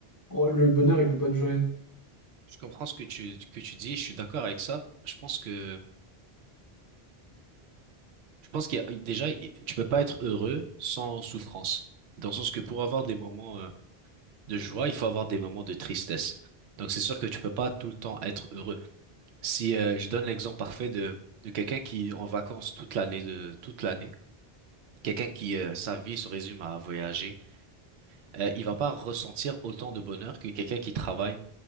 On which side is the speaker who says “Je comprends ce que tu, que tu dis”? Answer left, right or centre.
Right